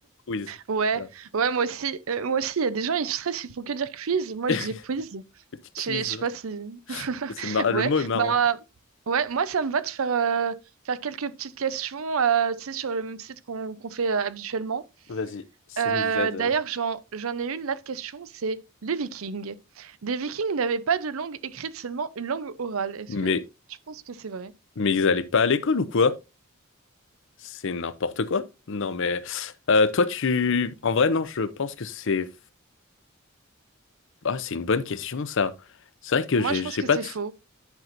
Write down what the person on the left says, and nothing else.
quiz.
Voilà.
<laughs>
Petit quiz.
C'est mar-
Le mot est marrant.
Vas-y, ça
nous aide.
euh.
Mais,
mais ils allaient pas à l'école ou quoi? C'est n'importe quoi. Non mais, euh, toi tu, en vrai non, je pense que c'est, ah c'est une bonne question ça. C'est vrai que
j'ai,
j'ai
pas
de...